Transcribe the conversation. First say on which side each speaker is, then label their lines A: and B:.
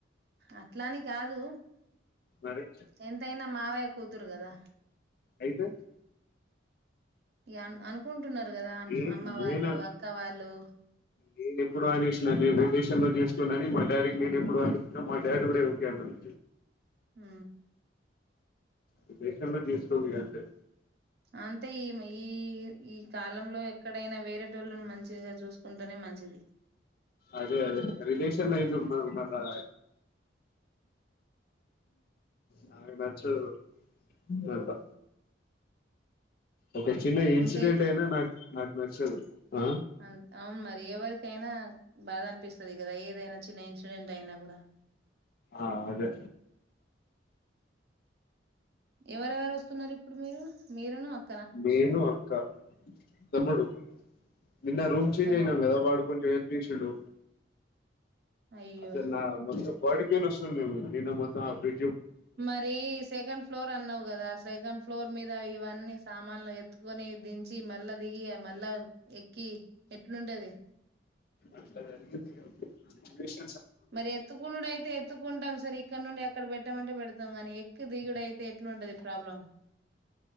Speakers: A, on the right; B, on the left.
A: అట్లాని కాదు
B: మరి
A: ఎంతయినా మావయ్య కూతురు కదా
B: అయితే
A: ఇగా అనుకుంటున్నారు కదా
B: నేను
A: అమ్మ వాళ్ళు
B: నేన
A: అక్క వాళ్ళు
B: నేను ఎప్పుడో అనేసినా నేను విదేశంలో చేసుకోనుఅని మా డాడీకి నేను ఎప్పుడో అనేసినా మా డాడీ కూడా ఓకే అన్నాడు
A: హ్
B: విదేశంలో చేసుకోకూ ఇగ అంతే
A: అంతే ఈమె ఈ ఈ కాలంలో ఎక్కడైనా వేరేటోళ్ళను మంచిగా చూసుకు చూసుకుంటానే మంచిది
B: అదే అదే రిలేషన్ లో ఎందుకు మ మళ్ళా నాకు నచ్చదు అట్లా ఒక చిన్న ఇన్సిడెంట్
A: ఇంకా
B: అయినా నాకు నాకు నచ్చదు ఆ
A: అంత అవును మరి ఎవరికైనా బాధ అనిపిస్తది కదా ఏదైనా చిన్న ఇన్సిడెంట్ అయినా కూడా
B: ఆ అదే
A: ఎవరెవరు వస్తున్నారు ఇప్పుడు మీరు మీరును అక్క
B: నేను అక్క తమ్ముడు నిన్న రూమ్ చేంజ్
A: తమ్
B: అయినాం కదా వాడు కొంచెం హెల్ప్ చేసిండు
A: అయ్యో
B: అసలు నా మొత్తం బాడి నెత్తి నోస్తుంది ఏమో నిన్న మొత్తం అఫ్ డే
A: మరి సెకండ్ ఫ్లోర్ అన్నావు కదా సెకండ్ ఫ్లో ఫ్లోర్ మీద ఇవన్నీ సామాన్లు ఎత్తుకొని దించి మళ్లా దిగి మళ్ళా ఎక్కి ఎట్లుంటది
B: అట్లా జరిగింది ఇగ సిచ్వేషన్
A: మరి ఎత్తుకునుడు అయితే ఎత్తుకుంటాం సరి ఇక్కడ నుండి అక్కడ పెట్ పెట్టమంటే పెడతాం కానీ ఎక్కి దిగుడు అయితే ఎట్లుంటది ప్రాబ్లం